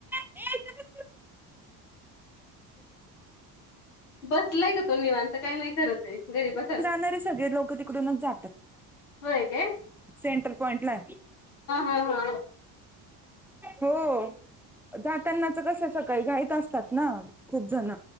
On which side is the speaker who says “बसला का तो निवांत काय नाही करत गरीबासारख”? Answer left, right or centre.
Left